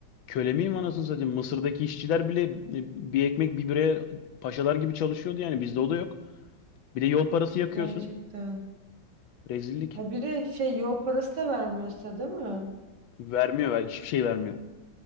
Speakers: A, on the left; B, on the right.
A: köle miyim anasını satayım. Mısır'daki işçiler bile e, bir ekmek bir bire paşalar gibi çalışıyordu yani bizde o da yok. Bir de yol parası yakıyorsun.
B: Gerçekten.
A: Rezillik.
B: Ha bir de şey yol parası da vermiyorsa değil mi?
A: Vermiyor, hiçbir şey vermiyor.